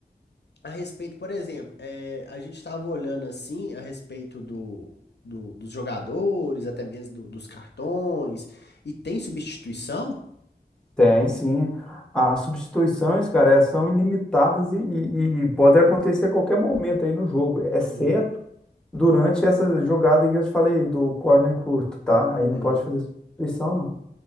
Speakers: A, on the left; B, in the centre.
A: A respeito, por exemplo, eh, a gente estava olhando assim a respeito do, do- dos jogadores, até mesmo do- dos cartões, e tem substituição?
B: Tem, sim. As substituições, cara, elas são ilimitadas e, e, e podem acontecer a qualquer momento aí no jogo, exceto
A: Uhum,
B: durante essa jogada que eu te falei do corner curto, tá?
A: uhum.
B: Aí não pode fazer substituição, não.